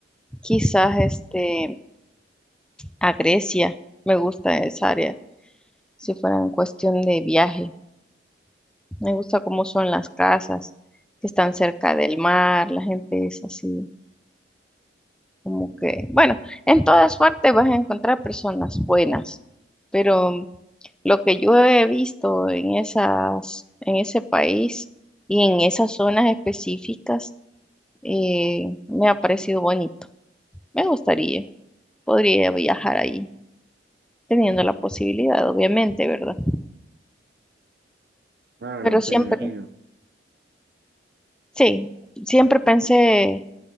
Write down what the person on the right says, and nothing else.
Ujú.
Ah,
no sé,
me imagino.